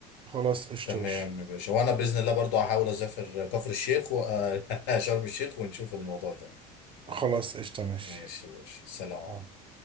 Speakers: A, on the right (about 30°); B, on the left (about 65°).
A: خلاص قشطة
B: تمام
A: ماشي
B: يا باشا وانا باذن الله برضو هحاول اسافر كفر الشيخ و... <laughs> شرم الشيخ ونشوف الموضوع ده
A: خلاص قشطة ماشي
B: ماشي يا باشا سلام
A: آه.
B: عليكم